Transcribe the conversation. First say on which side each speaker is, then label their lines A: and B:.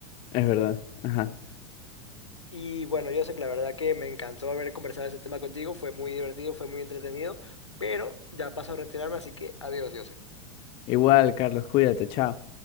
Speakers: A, on the left; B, on the left.
A: Es verdad. Ajá.
B: Y bueno, yo sé que la verdad que me encantó haber conversado ese tema contigo, fue muy divertido, fue muy entretenido, pero ya paso a retirarme, así que adiós, yo
A: Igual, Carlos, cuídate, chao.